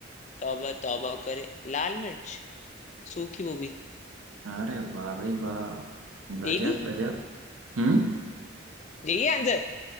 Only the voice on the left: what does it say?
तौबा तौबा करे लाल मिर्च सूखी वो भी
दे दी
यही आंसर